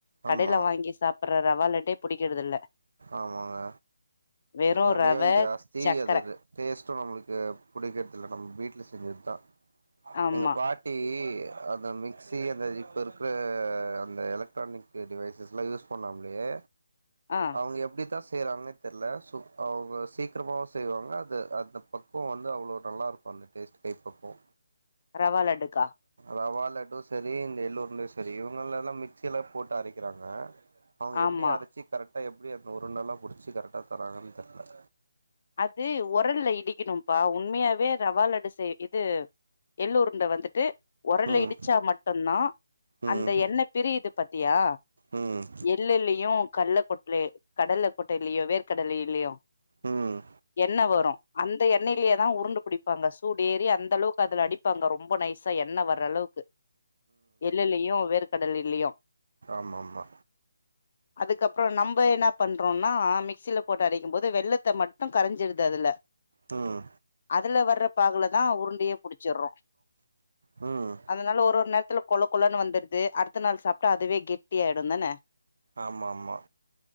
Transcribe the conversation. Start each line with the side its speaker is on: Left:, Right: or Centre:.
Right: ஆமா
Left: கடையில வாங்கி சாப் அப்ரோ ரவாலட்டே புடிக்கிறது இல்ல
Right: ஆமாங்க
Left: வெறு
Right: விலையும்
Left: ரவ
Right: ஜாஸ்தி
Left: சக்கர
Right: அது ரே டேஸ்ட்டும் நம்மளுக்கு புடிக்கிறதில்லநம்ம வீட்ல செஞ்சது தா
Left: ஆமா
Right: எங்க பாட்டி அந்த மிக்ஸி அந்த இப்ப இருக்கிற அந்த எலக்ட்ரானிக் டிவைஸஸ்லாம் யூஸ் பண்ணாமலேயே
Left: ஆ
Right: அவங்க எப்டி தா செய்கிறாங்கன்னே தெர்ல அவங்க சீக்கிரமாகவும் செய்வாங்க அது அந்த பக்குவோ வந்து அவ்ளோ நல்லாயிருக்கும் அந்த டேஸ்டு கை பக்குவோ
Left: ரவா லட்டு கா
Right: ரவாலட்டு சேரி இந்த எள் உருண்டையும் சேரி இவங்க எல்லா மிக்சிலே போட்டு அரைக்கிறாங்க அவங்க
Left: ஆமா
Right: எப்டி அரச்சு கரெக்டா எப்டி அந்த உருண்டல்லாம் புடிச்சு கரெக்டா தராங்கன்னு தெர்ல
Left: அது ஒரல்ல இடிக்கணும்ப்பா உண்மையாவே ரவா லட்டு செய் இது எல்லூருண்ட வந்துட்டு ஓரல்லஇடிச்சா
Right: ம்
Left: மட்டுதா
Right: ம்
Left: அந்த என்ன பிரியிது பாத்தியா
Right: ம்
Left: எல்லீலையும் கல்கொட்லே கடல்ல கொட்டைல்லையோ வேர்க்கடல்லலையோ
Right: ம்
Left: என்னவரு அந்த எண்ணலே தா உருண்ட புடிப்பாங்க சூடூ ஏறி அந்த அளவுக்கு அதுல அடி ப்பாங்க ரொம்ப நைசா என்ன வர்ர அளவுக்கு எல்லூலையு வேர்கடலியு
Right: ஆமா ஆமா
Left: அதுக்கப்புரோ நம்ம என்ன பண்றோம்னா மிக்சியில போட்டு அடைக்கும் போது வெள்ள த்த மட்டும் கரஞ்சீரிது அதுல
Right: ம்ம்
Left: அதுல வர்ற பாகுல தா உருண்டையே புடிச்சிர்ரோ
Right: ம்ம்
Left: அதனால ஒரு ஒரு நேரத்துல கொழ கொலனு வந்துருது அடுத்த நாள் சாப்ட்டா அதுவே கெட்டி ஆய்டும் தானே
Right: ஆமா ஆமா